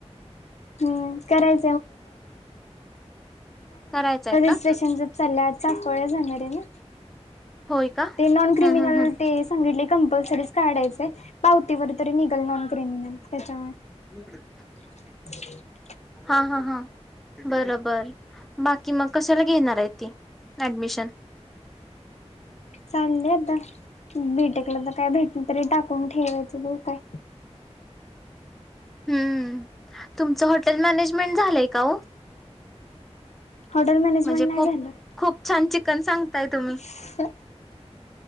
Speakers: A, on the left (about 75°); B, in the centre.
A: कडम चा
B: करायचंय का
A: साफळ जाणार आहे ना
B: होय का
A: ते नॉन क्रिमिनल
B: हम् हम् हम्
A: ते सांगितले कंपल्सरीच काढायचे पाव ी व तरी निघाल नान करे म म त्याच्यावर
B: मकडेच
A: हम्
B: हा हा हा बरोबर बाकी मग कशाला घेणार आहे ती ऍडमिशन
A: चालले आता बेटेकला तर काय भेटलं तरी टाकून ठेवायचं ब काय
B: हम् तुमचं हॉटेल मॅनेजमेंट झालंय का हो
A: हॉटेल मॅनेजमेंट
B: म्हणजे
A: नाही
B: खूप
A: झालं
B: खूप छान चिकन सांगताय तुम्ही
A: ह